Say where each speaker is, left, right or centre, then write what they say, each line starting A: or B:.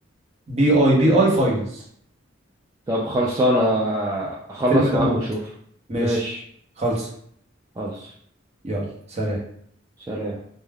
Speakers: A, on the right; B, on the right.
A: بي اي بي اي فايلز
B: طب خلصانة اخلص
A: الفيلم ده
B: معاك
A: موت
B: واشوف
A: ماشي
B: ماشي
A: خلص
B: خلص
A: يلا سلام
B: سلام